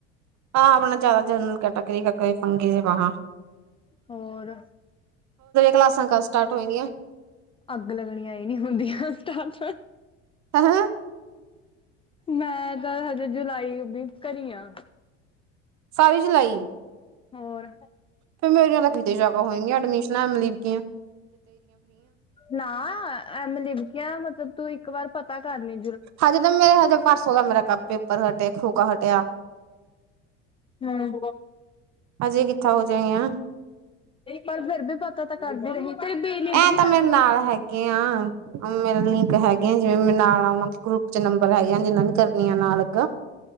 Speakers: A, on the right (about 50°); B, on the left (about 15°).
A: ਹਹ ਆਪਣਾ ਜ਼ਿਆਦਾ ਜਨਰਲ ਕੈਟਾਗਰੀ ਕਈ ਫੰਗੇ ਜੇ ਬਾਂ
B: ਹੋਰ
A: ਕਲਾਸਾਂ ਸਟਾਰਟ ਹੋਏਗੀਆਂ
B: ਅੱਗ ਲੱਗਣੀਆਂ ਇਹ ਨਹੀਂੀ ਹੁੰਦੀਆਂਟ
A: ਹੈਂ
B: ਮੈਂ ਤਾਂ ਹਜੇ ਜੁਲਾਈ ਵੀ ਕਰ ਆ
A: ਸਾਰੀ ਜਲਾਈ
B: ਹੋਰ
A: ਫੇਿਰ ਮੇਰੀਆਂ ਤਾਂ ਕਿਤੇ ਜਗਾ ਹੋਏਗੀਆਂ ਐਡਮਿਸ਼ਨਾਂ ਐ ਲ ਗੀਆਂ
B: ਨਾ ਐ ਮ ਲਿਬਕੀਆਂ ਮਤਲਬ ਤੂੰ ਇੱਕ ਵਾਰ ਪਤਾ ਕਰਨੀ
A: ਹਜੇ ਤਾਂ ਮੇਰੇ ਹਜੇ ਪਰਸੋ ਦਾ ਮੇਰਾ ਕੱ ਪੇਪਰ ਹਟਿਆ ਖਰੋਕਾ ਹਟਿਆ
B: ਹਮ
A: ਹਜੇ ਕਿੱਥਾਂ ਹੋ ਜਾਏ ਹ
B: ਪਰ ਫੇਿਰ ਵੀ ਪਤਾ ਤਾਂ ਕਰਦੀ ਰਹੀ ਤੇਰੀ ਬੀ ਲਿਬਕੀ
A: ਇਹ ਤਾਂ
B: ਕਦ
A: ਮੇਰੇ ਨਾਲ
B: ਹੋਈ ਸੀ
A: ਹੈਗੇ ਆ ਮੇਰਾ ਲਿੰਕ ਹੈਗੇ ਆ ਜਿਵੇਂ ਮੇਰੇ ਨਾਲ ਆਨਾਂ ਦੇ ਗਰੁੱਪ ਚ ਨੰਬਰ ਹੈਗਾ ਜਿੰਨਾ ਨੀ ਕਰਨੀੀਆਂ ਨਾਲ ਅੱਗਾ